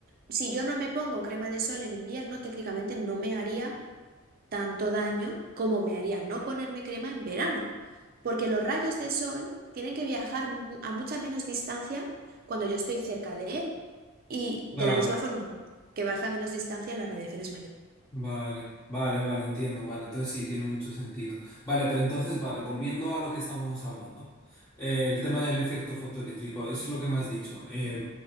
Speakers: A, on the right; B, on the left.
A: si yo no me pongo crema de sol en invierno, técnicamente no me haría tanto daño como me haría no ponerme crema en verano, porque los rayos de sol tienen que viajar mu- a mucha menos distancia cuando yo estoy cerca de él. Y de
B: claro.
A: la misma forma que baja a menos distancia, la radiación es mayor.
B: Vale, vale, vale, entiendo, vale, entonces sí, tiene mucho sentido. Vale, pero entonces, vale, volviendo a lo que estábamos hablando, eh, el tema del efecto fotoeléctrico, es lo que me has dicho. Eh,